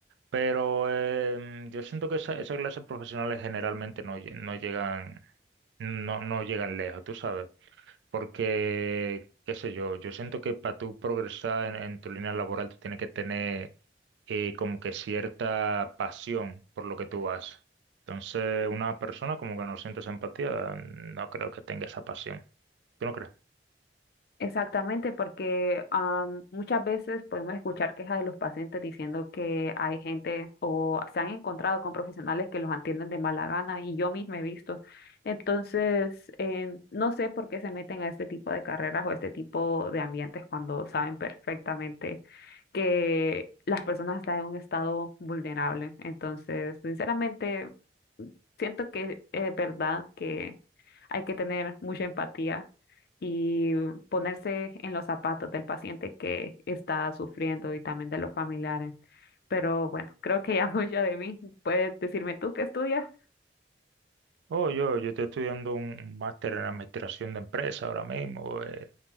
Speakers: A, on the right; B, on the left.
A: pero em, yo siento que esa, esa clase de profesionales generalmente no, lle- no llegan, no, no llegan lejos, tú sabes. Porque, qué sé yo, yo siento que para tú progresar en, en tu línea laboral, tú tienes que tener eh, como que cierta pasión por lo que tú haces. Entonces, una persona como que no siente esa empatía, no creo que tenga esa pasión. ¿Tú no crees?
B: Exactamente, porque am, muchas veces podemos escuchar quejas de los pacientes diciendo que hay gente o se han encontrado con profesionales que los atienden de mala gana y yo misma he visto. Entonces, eh, no sé por qué se meten a este tipo de carreras o este tipo de ambientes cuando saben perfectamente que las personas están en un estado vulnerable. Entonces, sinceramente siento que es verdad que hay que tener mucha empatía y ponerse en los zapatos del paciente que está sufriendo y también de los familiares. Pero bueno, creo que ya <laughs> mucho de mí. Puedes decirme tú qué estudias
A: Oh, yo, yo estoy estudiando un máster en administración de empresas ahora mismo. eh,